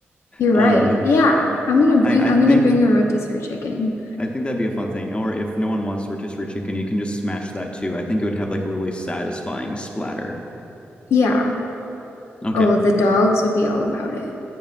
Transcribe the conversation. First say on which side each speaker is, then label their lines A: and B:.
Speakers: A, on the left; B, on the left.
A: you're
B: Uh,
A: right. Yeah. I'm gonna bring
B: I,
A: I'm
B: I think,
A: gonna bring a rotisserie chicken.
B: I think that'd be a fun thing. Or if no one wants rotisserie chicken, you can just smash that too. I think it would have like a really satisfying splatter.
A: Yeah.
B: Okay.
A: Oh, the dogs would be all about it.